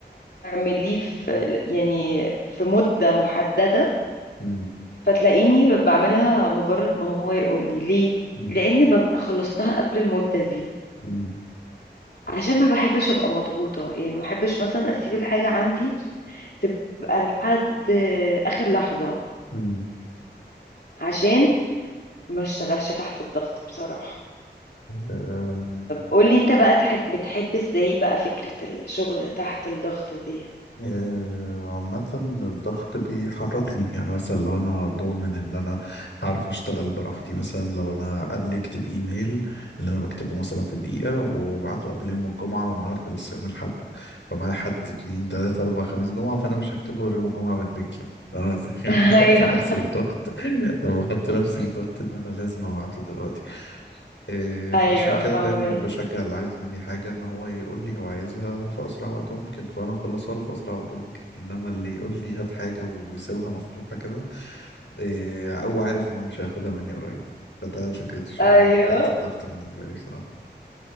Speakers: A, on the left; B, on the left.
A: اعمليه في يعني في مده محدده
B: مم.
A: فتلاقيني بعملها مجرد ما هو يقول لي ليه
B: مم.
A: لان ببقى خلصتها قبل المده دي
B: مم.
A: عشان ما بحبش ابقى مضغوطه يعني ما بحبش مثلا اسيب الحاجه عندي تبقى لحد آه، اخر لحظه
B: مم.
A: عشان ما اشتغلش تحت الضغط بصراحه
B: آه،
A: قولي انت بقى تحب بتحب ازاي بقى فكرة الشغل تحت الضغط دي
B: آه، عامة الضغط بيحركني يعني مثلا لو انا ضامن ان انا هعرف اشتغل براحتي مثلا لو انا قالوا لي اكتب ايميل اللي انا بكتبه مثلا في دقيقة وبعته قبل يوم الجمعة والنهاردة لسه يوم الاحد فمعايا حد اتنين تلاتة اربعة خميس جمعة فانا مش هكتبه غير يوم الجمعة بالليل انا زي- <laughs>
A: <laughs>
B: بحط
A: ايوه
B: نفسي في ضغط لما بحط نفسي في ضغط ان انا لازم ابعته دلوقتي إيه، فعشان
A: ايوه
B: كده
A: فاهمك
B: دايما بشجع اللي عايز مني حاجة ان هو يقول لي هو عايزها في اسرع وقت ممكن فانا اخلصها له في اسرع وقت ممكن انما اللي يقول لي هات حاجة ويسيبها مفتوحة كده إيه، او عارف ان هو مش هياخدها مني قريب فده فكرة الشغل
A: ايوه
B: عند تحت الضغط بالنسبة لي بصراحة